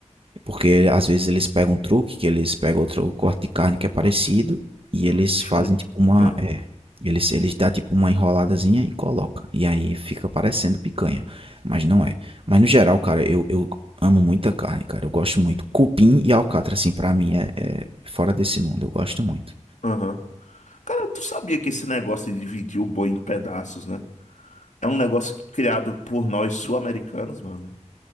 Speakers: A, on the right; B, on the left.
A: Porque às vezes eles pegam um truque, que eles pegam outro corte de carne que é parecido e eles
B: Chão
A: fazem
B: de
A: tipo uma,
B: picanha.
A: é, eles, eles dá tipo uma enroladazinha e coloca. E aí fica parecendo picanha, mas não é. Mas no geral, cara, eu, eu amo muita carne, cara. Eu gosto muito. Cupim e alcatra, assim, pra mim é, é fora desse mundo. Eu gosto muito.
B: Aham. Cara, tu sabia que esse negócio de dividir o boi em pedaços, né? É um negócio criado por nós sul-americanos, mano.